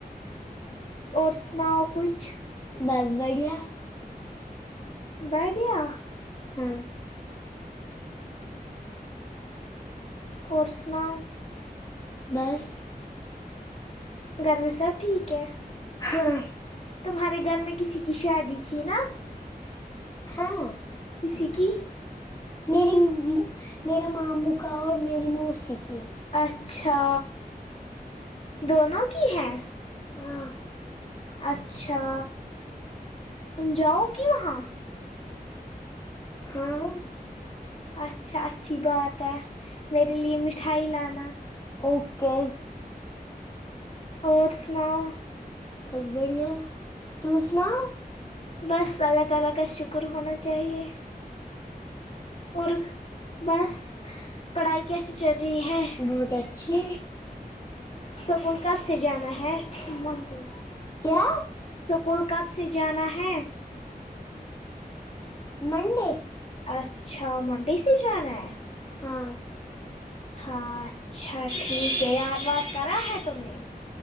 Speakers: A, on the left; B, on the left.
A: اور سناؤ کچھ
B: بس بڑھیا
A: بڑھیا
B: ہم
A: اور سناؤ
B: بس
A: گھر میں سب ٹھیک ہے
B: ہاں
A: تمہارے گھر میں کسی کی شادی تھی نا
B: ہاں
A: کسی کی
B: میری میرے ماموں کا اور میری موسی کی
A: اچھا دونوں کی ہیں
B: ہاں
A: اچھا تم جاؤ گی وہاں
B: ہاں
A: اچھا اچھی بات ہے میرے لیے مٹھائی لانا
B: اوکے
A: اور سناؤ
B: بس بڑیا تو سناؤ
A: بس اللہ تعالی کا شکر ہونا چاہیے اور بس پڑھائی کیسی چل رہی ہے
B: بہت اچھی
A: اسکول کب سے جانا ہے منڈے
B: کیا
A: اسکول کب سے جانا ہے
B: منڈے
A: اچھا منڈی سے جانا ہے
B: ہاں
A: ہاں اچھا ٹھیک ہے یاد وات کرا ہے تم نے